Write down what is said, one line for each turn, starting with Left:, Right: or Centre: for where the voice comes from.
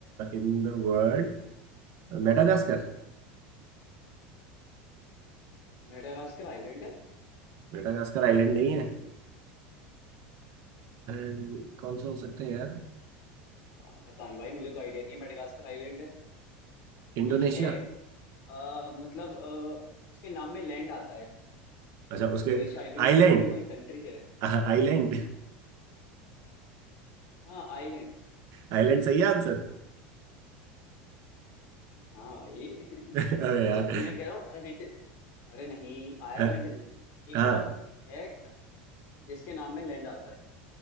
Right: in the world Madagascar
Left: Madagascar island है
Right: Madagascar island
Left: आइलैंड
Right: नहीं है
Left: ही है
Right: अम, कौन सा हो सकता है यार
Left: आ, पता नहीं भाई मुझे तो आइडिया नहीं है मेडागास्कर आइलैंड है
Right: इंडोनेशिया
Left: एक है आ, मतलब आ, उसके नाम में लैंड आता है
Right: अच्छा
Left: इंडोनेशिया
Right: उसके
Left: आइलैंड
Right: आइलैंड
Left: कब से हो गया भाई कंट्री है
Right: आइलैंड
Left: हाँ आइलैंड
Right: आइलैंड सही है आंसर
Left: हाँ भाई <laughs>
Right: <laughs> अरे यार
Left: अच्छा मैं कह रहा हूँ हिंट अरे नहीं आयरलैंड
Right: अ,
Left: नहीं एक
Right: हाँ
Left: और है क- जिसके नाम में लैंड आता है